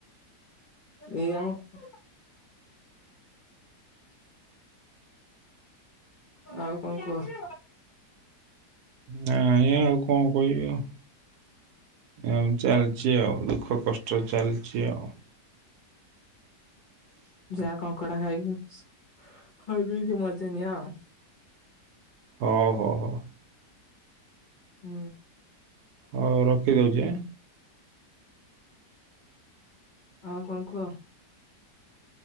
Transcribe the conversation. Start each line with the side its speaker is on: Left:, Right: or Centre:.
Left: <unintelligible> ଆଉ କଣ କୁହ?
Right: ନାହିଁ ଆଉ କଣ କହିବି ଆଉ? ଏମିତି ଚାଲିଚି ଆଉ ଦୁଃଖ କଷ୍ଟରେ ଚାଲିଚି ଆଉ।
Left: ଯା କଙ୍କଡା ଖାଇକି ଖାଇ ପିଇକି ମଜା ନିଅ ଆଉ।
Right: ହୋଉ ହୋଉ ହୋଉ।
Left: ହୁଁ।
Right: ହୋଉ ରଖିଦୋଉଚି ଆଁ।
Left: ଆଉକଣ କୁହ?